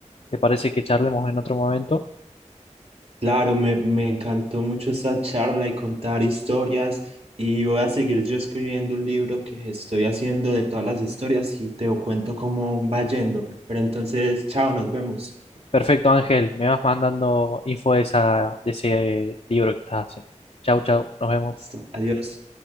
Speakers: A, on the left (about 60°); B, on the right (about 50°).
A: ¿Te parece que charlemos en otro momento?
B: Claro, me, me encantó mucho esta charla y contar historias y voy a seguir yo escribiendo un libro que estoy haciendo de todas las historias y te cuento cómo va yendo. Pero entonces, chao, nos vemos.
A: Perfecto, Ángel, me vas mandando info de esa, de ese libro que estás haciendo. Chau, chau, nos vemos.
B: Listo, adiós.